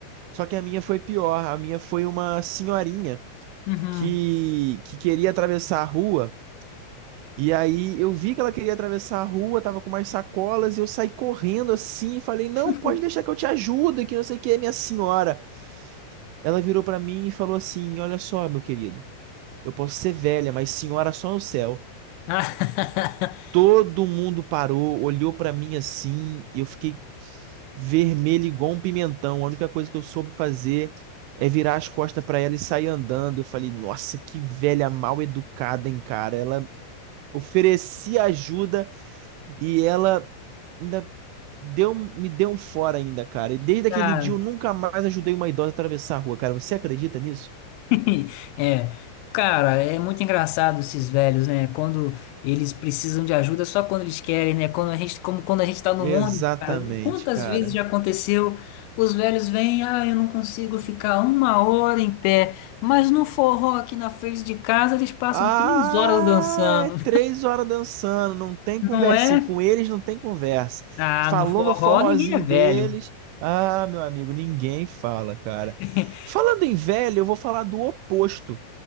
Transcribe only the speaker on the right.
só que a minha foi pior. A minha foi uma senhorinha
que, que queria atravessar a rua. E aí eu vi que ela queria atravessar a rua, tava com umas sacolas, e eu saí correndo assim e falei: Não,
pode deixar que eu te ajudo, que não sei o que, minha senhora. Ela virou pra mim e falou assim: Olha só, meu querido, eu posso ser velha, mas senhora só no céu.
Todo mundo parou, olhou pra mim assim, eu fiquei vermelho igual um pimentão. A única coisa que eu soube fazer é virar as costas pra ela e sair andando. Eu falei, nossa, que velha mal educada, hein, cara. Ela oferecia ajuda e ela ainda deu, me deu um fora ainda, cara. E desde
aquele dia eu nunca mais ajudei uma idosa a atravessar a rua, cara. Você acredita nisso?
Exatamente,
cara.
Ah,
é três horas dançando, não tem
conversinha.
Com eles não tem conversa.
Falou
no forrozinho
deles. Ah, meu amigo, ninguém fala, cara.
Falando em velho, eu vou falar do oposto.